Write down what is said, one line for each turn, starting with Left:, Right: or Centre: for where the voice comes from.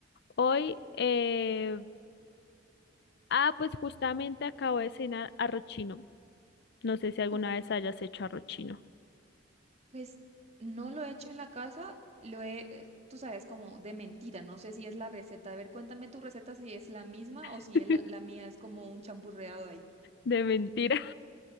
Left: Hoy, eh, ah, pues justamente acabo de cenar arroz chino. No sé si alguna
Right: Uh,
Left: vez hayas hecho arroz chino.
Right: Pues no lo he hecho en la casa, lo he, eh, tú sabes, como de mentira, no sé si es la receta. A ver, cuéntame tu receta si es la misma
Left: <laughs>
Right: o si es la, la mía es como un chamburreado ahí.
Left: De mentira.